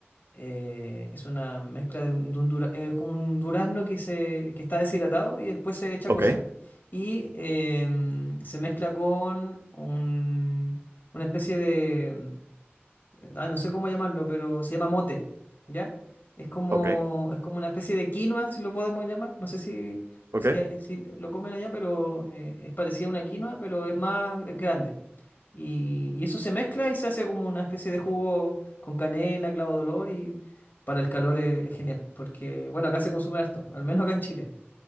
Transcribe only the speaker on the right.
Ok,
ok,
ok.